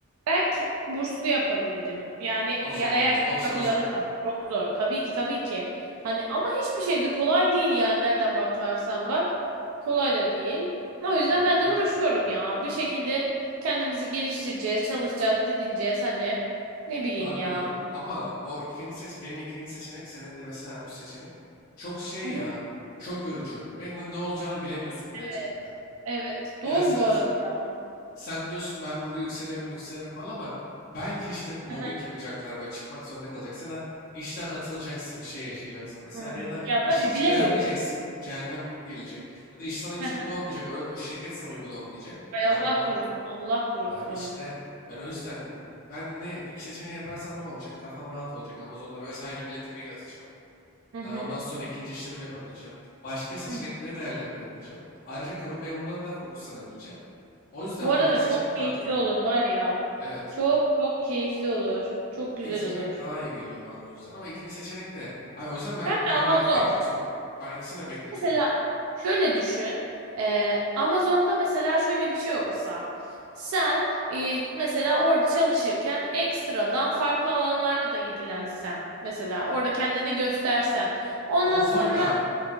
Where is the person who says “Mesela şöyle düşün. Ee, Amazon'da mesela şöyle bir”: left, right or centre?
Right